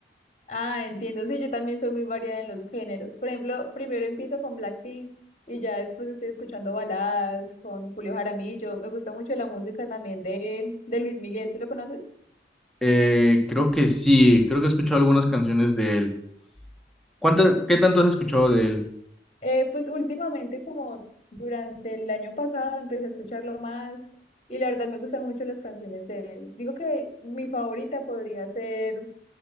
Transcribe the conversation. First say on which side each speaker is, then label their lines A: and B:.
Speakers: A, on the left; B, in the centre.
A: Ah, entiendo, sí, yo también soy muy variada en los géneros. Por ejemplo, primero empiezo con Blackpink y ya después estoy escuchando baladas con Julio Jaramillo. Me gusta mucho la música también de, de Luis Miguel, ¿tú lo conoces?
B: Eh, creo que sí, creo que he escuchado algunas canciones de él. ¿Cuánta- qué tanto has escuchado de él?
A: Eh, pues últimamente, como durante el año pasado, empecé a escucharlo más y la verdad me gustan mucho las canciones de él. Digo que mi favorita podría ser,